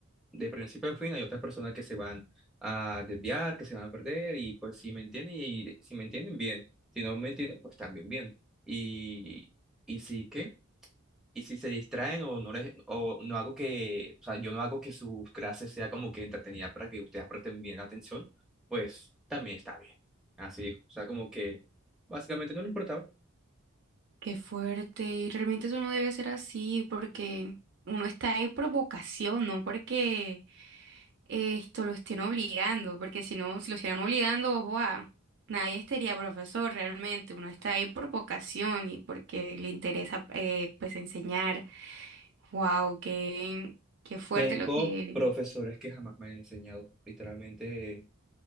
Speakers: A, in the centre; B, on the right.
A: de principio a fin, hay otras personas que se van a desviar, que se van a perder, y pues si me entienden, y si me entienden bien, si no me entienden, pues también bien. Y, y sí que... Y si se distraen o no les, o no hago que, o sea, yo no hago que sus clases sea como que entretenida para que ustedes presten bien atención, pues también está bien. Así dijo. O sea, como que básicamente no le importaba.
B: Qué fuerte, y realmente eso no debe ser así, porque uno está ahí por vocación, no porque esto lo estén obligando, porque si no, si lo estuvieran obligando, ¡guau! nadie estaría profesor realmente, uno está ahí por vocación y porque le interesa eh, pues enseñar. Wow, qué, qué fuerte
A: Tengo
B: lo que,
A: profesores que jamás me han enseñado. Literalmente,